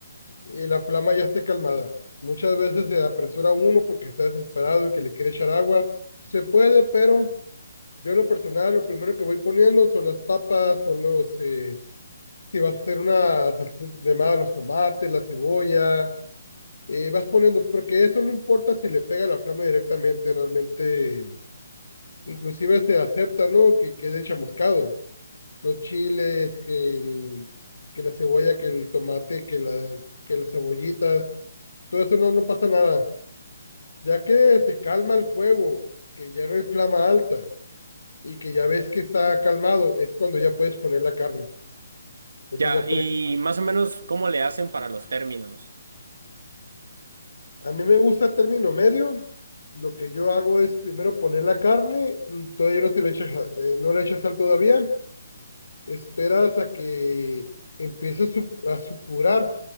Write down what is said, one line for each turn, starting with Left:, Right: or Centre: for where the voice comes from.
Left: eh, la flama ya esté calmada. Muchas veces se apresura uno porque está desesperado y que le quiere echar agua. Se puede, pero yo en lo personal, lo primero que voy poniendo son las papas, son los, eh, si vas a hacer una salsita de más, los tomates, la cebolla, eh, vas poniendo, porque eso no importa si le pega la flama directamente, realmente, inclusive se acepta, ¿no? Que quede chamuscado los chiles, que, el- que la cebolla, que el tomate, que, la, que las cebollitas, todo eso no, no pasa nada. Ya que se calma el fuego, que ya no hay flama alta y que ya ves que está calmado, es cuando ya puedes poner la carne.
Right: Ya,
Left: Eso ya puedes.
Right: y más o menos cómo le hacen para los términos.
Left: A mí me gusta término medio. Lo que yo hago es primero poner la carne, mm, todavía no se le echa, ja- eh, no le echa sal todavía, esperas a que empiece a su- a supurar